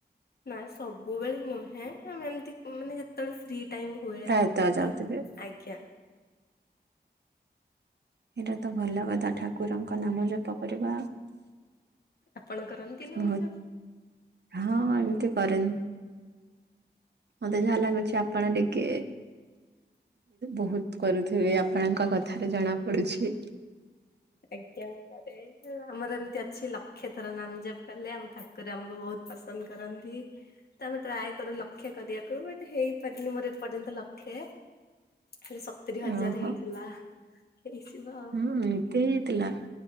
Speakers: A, on the left (about 60°); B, on the right (about 70°).
A: ନାଁ ସବୁବେଳେ ନୁହେଁ, ଆମେ ଏମତି ମାନେ ଯେତେବେଳେ ଫ୍ରି ଟାଇମ ହୁଏ,
B: ପ୍ରାୟତଃ ଯାଉଥିବେ
A: ତ ଆଜ୍ଞା
B: ଏଇଟା ତ ଭଲ କଥା ଠାକୁରଙ୍କ ନାମ ଜପ କରିବା।
A: ଆପଣ କରନ୍ତି ନାମଜପ?
B: ବହୁତ ହଁ ଏମିତି କରେନି, ମତେ ଯାହା ଲାଗୁଛି ଆପଣ ଟିକେ ବହୁତ କରୁଥିବେ ଆପଣଙ୍କ କଥାରେ ଜଣା ପଡୁଛି। <inaudible>
A: ଆଜ୍ଞା ମୁଁ କରେ, ଆମର ଏମତି ଅଛି ଲକ୍ଷେ ଥର ନାମ ଜପ କଲେ ଆମ ଠାକୁର ରେ ଆମକୁ ବହୁତ ପସନ୍ଦ କରନ୍ତି। ତ ଆମେ ଟ୍ରାଏ କରୁ ଲକ୍ଷେ କରିବାକୁ, ବଟ ହେଇପାରିନି ମୋର ଏପର୍ଯ୍ୟନ୍ତ ଲକ୍ଷେ ହେଲେ ସତୁୁରୀ ହଜାର
B: ଓହୋ
A: ହେଇଥିଲା, ହେଇଯିବ ଆଉ
B: ହୁଁ ଏତେ ହେଇଥିଲା।